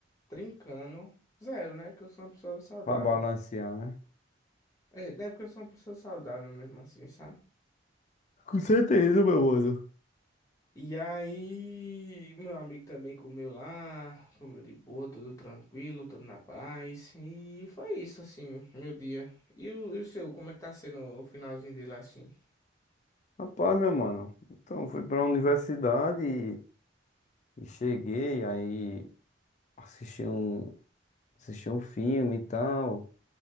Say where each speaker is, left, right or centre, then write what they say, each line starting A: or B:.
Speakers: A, on the left; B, on the left.
A: trincando. Zero, né? Que eu sou uma pessoa saudável.
B: pra balancear, né?
A: É, não é porque eu sou uma pessoa saudável mesmo assim, sabe?
B: Com certeza, meu mano.
A: E aí, meu amigo também comeu lá, comeu de boa, tudo tranquilo, tudo na paz. E foi isso, assim, meu dia. E o, e o seu, como é que tá sendo o finalzinho dele assim?
B: Rapaz, meu mano. Então, fui pra universidade e, e cheguei, aí assisti um, assisti um filme e tal.